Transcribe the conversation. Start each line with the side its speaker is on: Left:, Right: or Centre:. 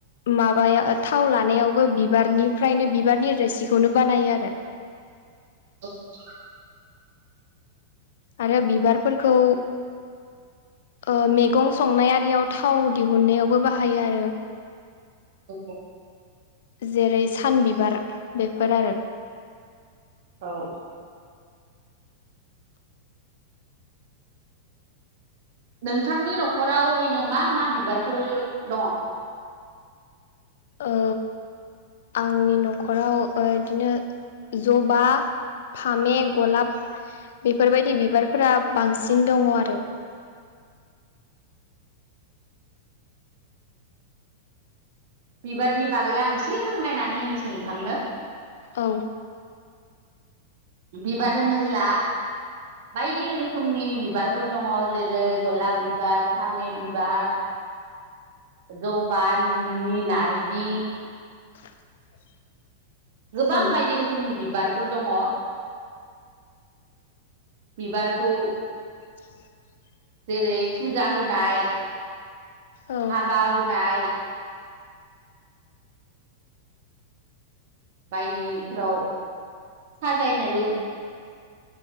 Left: माबाया ओ थाव लानायावबो बिबारनिफ्रायनो बिबारनि रोसिखौनो बाना यो आरो‌
Right: <unintelligible>
Left: आरो बिबारफोरखौ ओ मेगं संनायआरियाव थाव दिहुननायावबो बाहायो आरो।
Right: <unintelligible>
Left: जेरै सान बिबार बेफोर आरो।
Right: औ नोंथांनि न'खराव ओरैनो मा मा बिबारफोर दङ'?
Left: औ आंनि न'खराव ओ इदिनो ज'बा फामे गलाब बेफोरबायदि बिबारफोरा बांसिन दङ' आरो।
Right: <inaudible> बिबारनि बागै आं इसे फोरमायनानै होनोसै नोंथांनो।
Left: औ
Right: बिबार होनोबोला बायदि रोखोमनि बिबारफोर दङ' जेरै गलाब बिबार फामे बिबार ज'बा लिलि नारबि
Left: <inaudible>
Right: गोबां
Left: औ
Right: बायदि रोखोमनि बि बारफोर दङ'। बिबारखौ
Left: <inaudible>
Right: जेरै फुजा होनाय
Left: औ
Right: हाबा होनाय बायदिफोराव साजायनोबो